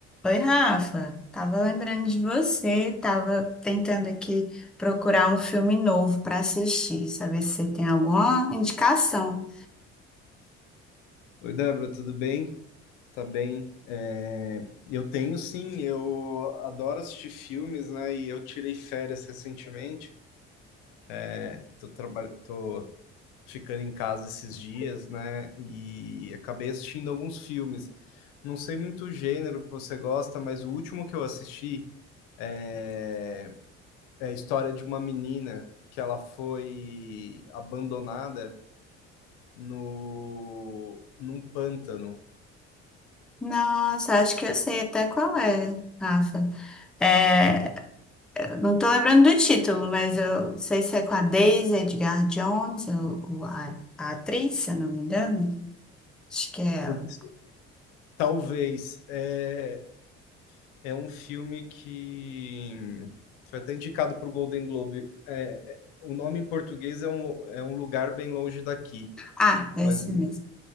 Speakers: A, in the centre; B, on the left.
A: Oi, Rafa. Tava lembrando de você, tava tentando aqui procurar um filme novo para assistir, saber se você tem alguma indicação.
B: Oi, Débora, tudo bem? Tá bem? É, Eu tenho sim, eu adoro assistir filmes, né? E eu tirei férias recentemente. É, Tô, traba- tô ficando em casa esses dias, né? E acabei assistindo alguns filmes. Não sei muito o gênero que você gosta, mas o último que eu assisti é, é a história de uma menina que ela foi abandonada no... num pântano.
A: Nossa, acho que eu sei até qual é, Rafa. É, não tô lembrando do título, mas eu não sei se é com a Daisy Edgar Jones, ou, ou a, a atriz, se eu não me engano. Acho que é ela.
B: Putz, Talvez. É, É um filme que foi até indicado para o Golden Globe. É, é- o nome em português é um, é um lugar bem longe daqui,
A: Ah, é
B: mas
A: esse
B: o-
A: mesmo.